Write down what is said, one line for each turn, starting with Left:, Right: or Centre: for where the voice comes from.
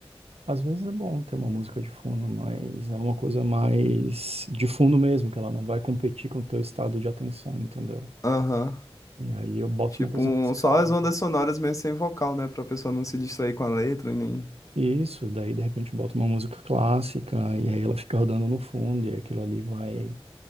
Right: Às vezes é bom ter uma música de fundo, mas é uma coisa mais de fundo mesmo, que ela não vai competir com o teu estado de atenção, entendeu?
Left: Aham.
Right: E aí eu boto
Left: Tipo,
Right: uma coisa
Left: um-
Right: mais calma.
Left: só as ondas sonoras mesmo sem vocal, né? Pra pessoa não se distrair com a letra, e nem
Right: Isso, daí de repente eu boto uma música clássica, e aí ela fica rodando no fundo, e aquilo ali vai.